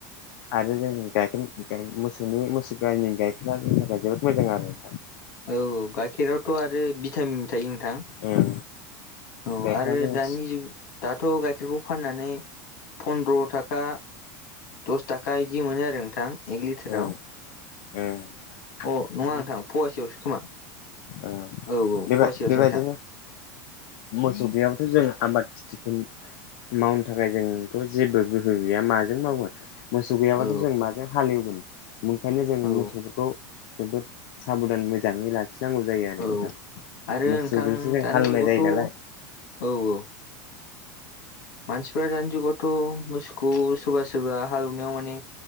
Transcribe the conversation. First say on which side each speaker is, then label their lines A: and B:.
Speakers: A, on the left (about 60°); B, on the left (about 80°).
A: आरो जों गायखेर मोसौनि मोसौ नि गाइखेरा जोंनि थाखाय जोबोद मोजां आरो
B: औ गाइखेरावथ' आरो थाएम थायो नोंथां
A: ओं
B: औ
A: गाइखेरा
B: आरो
A: जों
B: दानि जुग दाथ' गाइखेरखौ फाननानै फन्द्र' थाखा दस थाखा बिदि मोनो आरो नोंथां एक लिटाराव
A: ओं ओं
B: अ
A: बिदिनो
B: नङा नोंथां फुवासेयावसो खोमा औ
A: ओ
B: औ फुवासेयावसो
A: बेबायदिनो
B: नोंथां
A: मोसौ गैयाबाथ' जों आबाद खिथिखौ मावनो थाखाय जोंथ' जेबो गोहो गैया माजों मावगोन मोसौ गैयाब्लाथ'
B: औ
A: जों माजों हालेवगोन ओंखायनो जों
B: औ
A: मोसौफोरखौ जोबोद साबधान मोजाङै लाखि नांगौ जायो आरो
B: औ
A: दा
B: आरो
A: मोसौजोंसो
B: नोंथां
A: जों
B: दानि
A: हालौवनाय
B: जुगावथ'
A: जायो नालाय
B: औ औ मानसिफोरा दानि जुगावथ' मोसौखौ सोरबा सोरबा हालौवनायाव माने